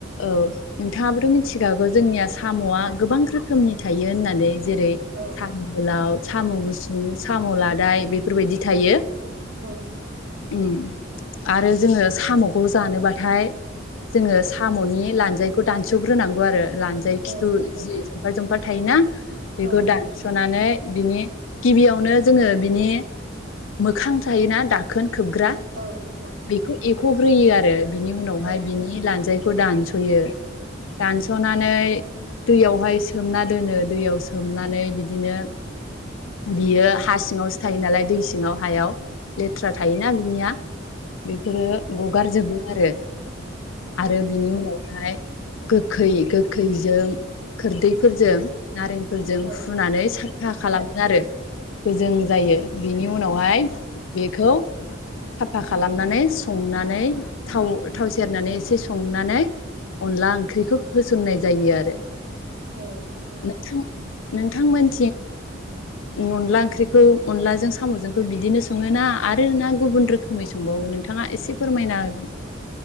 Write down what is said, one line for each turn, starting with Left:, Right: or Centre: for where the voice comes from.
Left: औ बिथाङाबोथ' मिथिखागौ जोंनि आसाम साम'आ गोबां रोखोम रोखोमनि थायो होननानै जेरै
Right: औ
Left: साम'गोलाव गुसुं साम' लादाय बेफोरबायदि थायो
Right: औ
Left: ओम आरो जोङो साम'खौ जानोबाथाय जोङो साम'नि लान्जायखौ दानस'ग्रोनांगौ आरो लानजाइ खिथु
Right: औ नंगौ
Left: जि जंफार जफार हायना-' बेखौ
Right: औ
Left: दानस'नानै बिनि गिबियावनो जोङो बिनि मोखां थायोना दाखोन खोबग्रा
Right: औ नोंथां
Left: बेखौ एख'ग्रोयो आरो बिनि उनावहाय
Right: औ
Left: बिनि लानजाइ खौ दानस'यो दानस'नानै दैयावहाय सोमना दोनो दैयाव सो सोमनानै बिदिनो बियो हा सिङावसो थायो नालाय दै सिङाव हायाव लै <unintelligible> थायोना बे निया बेफोरो गगार जोबो आरो आरो बिनि उनावहाय गो खै-गोखैजों खोरदै फोरजों नारें फोरजों
Right: औ
Left: फुनानै सा खालामो आरो गोजों जायो बेनि उनावहाय बेखौ साफा खालामनानै संनानै थाव थाव सेरनानै एसे संनानै अनला ओंख्रिखौ होसननाय जायो आरो
Right: औ नंगौ
Left: नोंथां नोंथांमोन अनला ओंख्रिखौ अनलाजों साम'जोंखौ बिदिनो सङोना आरो ना गुबुन रोखोम खोमै संबावो नों नोंथाङा एसे फोरमायना होगोन